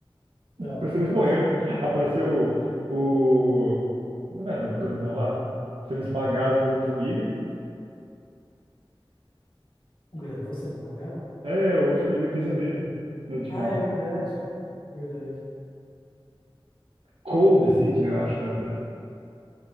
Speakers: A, on the left; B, on the right.
A: Não,
B: Parece
A: não
B: que
A: apareceu.
B: eles morreram. <laughs> Apareceu o, o. Não é o grandão lá? Sendo esmagado pelo Homem-Formiga.
A: O grandão sendo esmagado?
B: É, o Homem-Formiga pisa nele no Ultimato.
A: Ah, é verdade. Verdade.
B: Cole Obsidian, eu acho o nome dele.